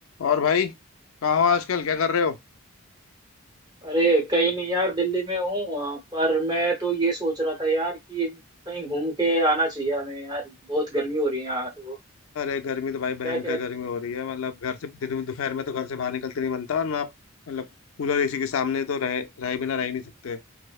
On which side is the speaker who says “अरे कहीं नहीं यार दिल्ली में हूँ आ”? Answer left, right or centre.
Right